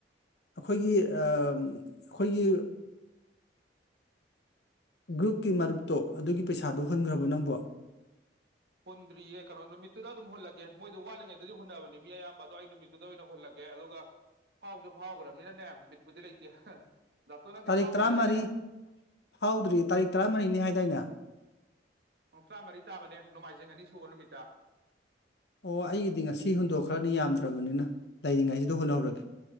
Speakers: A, on the left (about 70°); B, on the right (about 60°).
A: ꯑꯩꯈꯣꯏꯒꯤ ꯑꯩꯈꯣꯏꯒꯤ ꯒ꯭ꯔꯨꯞꯀꯤ ꯃꯔꯨꯞꯇꯣ ꯑꯗꯨꯒꯤ ꯄꯩꯁꯥꯗꯨꯣ ꯍꯨꯟꯈ꯭ꯔꯕꯣ ꯅꯪꯕꯣ
B: ꯍꯨꯟꯗ꯭ꯔꯤꯌꯦ ꯀꯩꯅꯣ ꯅꯨꯃꯤꯠꯇꯨꯗ ꯑꯗꯨꯝ ꯍꯨꯜꯂꯒꯦ ꯃꯣꯏꯗ ꯋꯥꯠꯂꯤꯉꯩꯗꯗꯤ ꯍꯨꯟꯅꯕꯅꯤ ꯃꯤ ꯑꯌꯥꯝꯕ ꯑꯗꯣ ꯑꯩ ꯅꯨꯃꯤꯠꯇꯨꯗ ꯑꯣꯏꯅ ꯍꯨꯜꯂꯒꯦ ꯑꯗꯨꯒ ꯐꯥꯎꯁꯨ ꯐꯥꯎꯈ꯭ꯔꯕꯅꯤꯅꯅꯦ ꯕꯤꯠꯄꯨꯗꯤ ꯂꯩꯇꯦ ꯗꯥꯇꯣ ꯅꯪꯗꯤ
A: ꯇꯥꯔꯤꯛ
B: ꯐꯥꯎꯗ꯭ꯔꯤꯗꯥꯏꯅꯦ
A: ꯇꯔꯥꯃꯔꯤ ꯐꯥꯎꯗ꯭ꯔꯤꯌꯦ ꯇꯥꯔꯤꯛ ꯇꯔꯥꯃꯔꯤꯅꯤ ꯍꯥꯏꯗꯥꯏꯅ
B: ꯇ꯭ꯔꯥ ꯃꯔꯤ ꯇꯥꯕꯅꯦ ꯅꯣꯡꯃꯥꯏꯖꯤꯡ ꯑꯅꯤ ꯁꯨꯕ ꯅꯨꯃꯤꯠꯇ
A: ꯑꯣ ꯑꯩꯒꯤꯗꯤ ꯉꯁꯤ ꯍꯨꯟꯗꯣꯛꯈ꯭ꯔꯅꯤ ꯌꯥꯝꯗ꯭ꯔꯕꯅꯤꯅ ꯂꯩꯔꯤꯉꯩꯁꯤꯗ ꯍꯨꯟꯍꯧꯔꯒꯦ